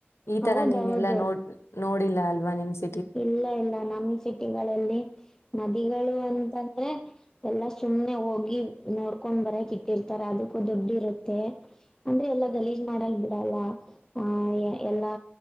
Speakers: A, on the left (about 85°); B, on the left (about 15°).
A: ಈ ತರ
B: ಹೌದೌದು
A: ನೀನೆಲ್ಲಾ ನೋಡ್ ನೋಡಿಲ್ಲ ಅಲ್. ಒನ್ನಿಮಿಷ.
B: ಇಲ್ಲ ಇಲ್ಲ ನಮ್ಮ ಸಿಟಿಗಳಲ್ಲಿ ನದಿಗಳು ಅಂತ. ತಂದ್ರೆ ಎಲ್ಲಾ ಸುಮ್ಮ್ನೆ ಹೋಗಿ ನೋಡ್ಕೊಂಡ್ ಬರಕ್ ಇಟ್ಟಿರ್ತಾರ ಅದಕ್ಕೂ ದುಡ್ಡಿ ಇರುತ್ತೆ ಅಂದ್ರೆ ಎಲ್ಲಾ ಗಲೀಜ್ ಮಾಡಕ್ ಬಿಡಲ್ಲ ಆ ಎಲ್ಲಾ